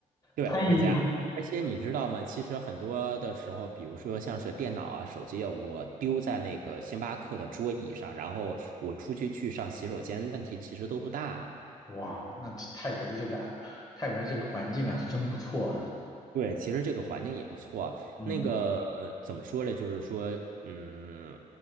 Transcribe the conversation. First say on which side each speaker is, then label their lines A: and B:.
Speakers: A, on the right (about 75°); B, on the left (about 25°).
A: 对，
B: 哎呀，
A: 回家。而且你知道吗？其实很多的时候，比如说像是电脑啊、手机啊，我丢在那个星巴克的桌椅上，然后我出去去上洗手间，问题其实都不大。
B: 哇，那泰国的这个泰国的这个环境啊，是真不错啊，
A: 对，其实这个环境也不错。
B: 嗯。
A: 那个呃怎么说呢？就是说，嗯，